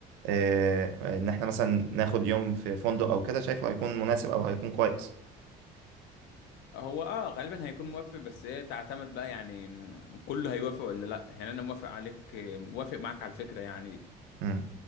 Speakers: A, on the right (about 80°); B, on the left (about 70°).
A: إيه ان احنا مثلا ناخد يوم في فندق او كده شايفه هيكون مناسب او هيكون كويس
B: هو اه غالبا هيكون موافق بس هي تعتمد بقى يعني م، كله هيوافق ولا لا يعني انا موافق عليك موافق معاك على الفكرة يعني دي
A: امم.